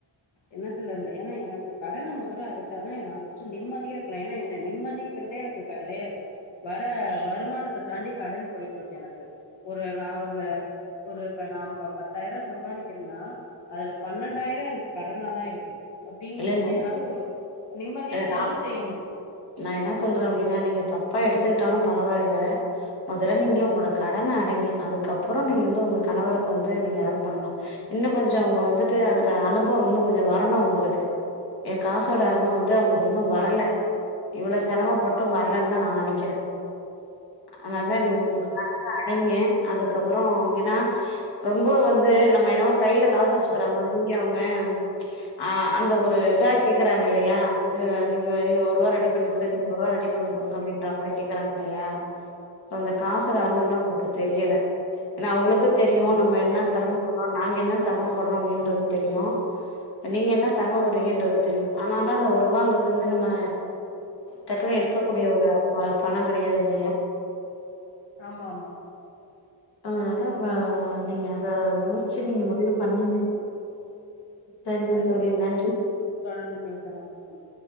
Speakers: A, on the left (about 90°); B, on the left (about 65°).
A: எண்ணத்துல இல்ல ஏன்னா எனக் கு கடன மொதல்ல அடச்சாதா நா ஃபர்ஸ்ட் நிம்மதியா இருக்கலா ஏன்னா என்ன நிம்மதிங்கிறதே எனக்கு கெடையாது வற வருமானத்த தாண்டி கடன் போயிட்டு இருக்கு எனக்கு ஒரு நா ஒரு ஒரு நா பத்தாயிரோ சம்பாரிக்கிறேன்னா அதுல பன்னெண்டாயிரோ எனக்கு கடனா தா இருக்கு அப்டிங்கும்
B: இல்ல
A: போது
B: இல்ல
A: என்னால ஒரு நிம்மதியா
B: அத
A: செலவு
B: நா
A: செய்ய முடி
B: நா என்ன சொல்றே அப்டின்னா நீங்க தப்பா எடுத்துக்கிட்டாலு பரவாயில்ல மொதல்ல நீங்க உங்களோட கடன் ஆ நீங்க அதுக்கப்புறோ நீங்க வந்து உங்க கணவருக் வந்து நீங்க அது பண்ணலா இன்னு கொஞ்சோ அவுங்க வந்துட்டு அது அ அனுபவு இன்னு கொஞ்சோ வரணு அவுங்குளுக்கு எ காசோட அரும வந்து அவுங்குளுக்கு இன்னு வரல இவுள செரமப்பட்டு வர்லன் தா நான் நெனைக்கிற அதுனால
A: கண்டிப்பா
B: நீங்க உங்க காச அடைங்க அதுக்கப்புறோ ஏனா ரொம்போ வந் து நம்ம என்னவோ கைல காசு வச்சுக்கிற மாதிரி அவ்ங்க ஆ அந்த ஒரு இதா கேக்குறாங்க இல்லயா வ நீங்க வெளிய
A: ம்
B: ஒர்வா
A: ம்
B: ரெடி ஒரு ரெண் ஒருவா ரெடி பண்ணி குடுங்க அப்டின்ற மாரி கேக்குறாங்கலையா அந்த
A: ம்
B: காசோட அருவு என்னாகு க்கு தெரியல எனா அவுங்குளுக்கு தெரியு
A: கண்டிப்பா
B: நம்ம என்ன செரம போத்தா நாங்கென்ன செரம பட்றோ அப்டின்றதுன் தெரியு நீங்கென்ன செரமப்பட்றீங்கன்றது தெரியு ஆனால்தா அந்த ஒரூவாங்கறது வந்து நம்ம டக்குனு எடுக்கக்கூடிய ஒரு பா பணங் கெடையாது இல்லையா
A: மாம்மா
B: ஆ அதா ஃபா நீங்க அத யோச்சு நீங்க முடிவு பண்ணுங்க சரிங்க
A: சரி தோழி
B: நன்றி.
A: தொடர்ந்து பேசலா ம்